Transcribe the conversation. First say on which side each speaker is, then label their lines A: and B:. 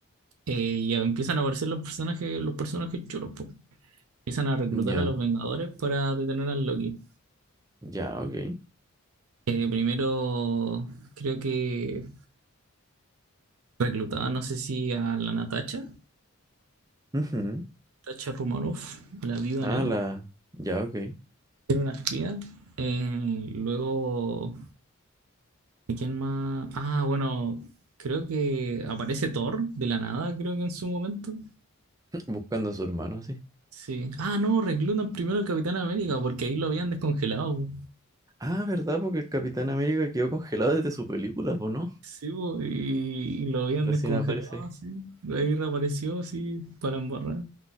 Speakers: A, on the right; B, on the right.
A: eh, y ya empiezan a aparecer los personajes, los personajes chulos, po. Empiezan a reclutar
B: Ya.
A: a los Vengadores para detener al Loki.
B: Ya, ok.
A: Eh, primero creo que reclutaban, no sé si a la Natasha,
B: Ujú.
A: Natasha Romanoff, la Viuda
B: Ah,
A: Negra,
B: la. Ya, ok. <clears throat>
A: una espía. Eh, luego, ¿y quién más? Ah, bueno, creo que aparece Thor de la nada, creo que en su momento.
B: <laughs> Buscando a su hermano, así.
A: Sí. Ah, no, reclutan primero al Capitán América porque ahí lo habían descongelado. po.
B: Ah, ¿verdad? Porque el Capitán América quedó congelado desde su película, ¿o no?
A: Sí, po, y, y lo habían
B: Recién
A: descongelado,
B: aparece ahí.
A: sí. ahí reapareció, así, para embarrar.